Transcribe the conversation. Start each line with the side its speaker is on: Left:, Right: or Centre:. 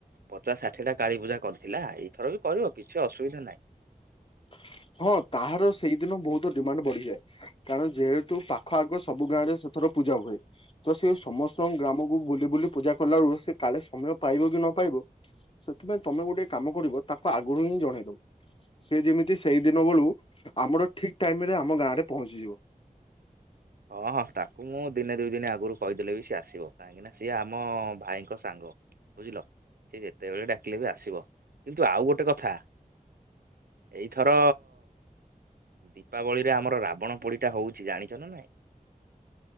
Right: ପଚାଶ ଷାଠିଏଟା କାଳୀପୂଜା କରିଥିଲା ଏଇଥର ବି କରିବ କିଛି ଅସୁବିଧା ନାହିଁ।
Left: <inaudible> ହଁ ତାହାର ସେଇଦିନ ବହୁତ ଡିମାଣ୍ଡ ବଢିଯାଏ କାରଣ ଯେହେତୁ ପାଖ ଆଗ ସବୁ ଗାଁରେ ସେ ଥର ପୂଜା ହୁଏ ତ ସେ ସମସ୍ତଙ୍କ ଗ୍ରାମକୁ ବୁଲି ବୁଲି ପୂଜା କଲାରୁ ସେ କାଳେ ସମୟ ପାଇବ କି ନ ସେଥିପାଇଁ ତମେ ଗୋଟେ କାମକରିଵ ତାକୁ ‌ଆଗରୁ ହଁ ଜଣେଇଦେଵ ସେ ଯେମିତି ସେଇ ଦିନ ବେଳୁ ଆମର ଠିକ ଟାଇମରେ ଆମ ଗାଁ ରେ ପହଞ୍ଚିଯିବ।
Right: ହଁ ହଁ ତାକୁ ମୁଁ ଦିନେ ଦୁଇ ଦିନ ଆଗରୁ କହିଦେଲେ ବି ସିଏ ଆସିବ କାହିଁକି ନା ସିଏ ଆମ ଭାଇଙ୍କ ସାଙ୍ଗ। ବୁଝିଲ ସେ ଯେତେବେଳେ ଡାକିଲେ ବି ଆସିବ କିନ୍ତୁ ଆଉ ଗୋଟେ କଥା ଏଇଥର ଦୀପାବଳିରେ ଆମର ରାବଣ ପୋଡିଟା ହଉଚି ଜାଣିଛ ନା ନାଇଁ?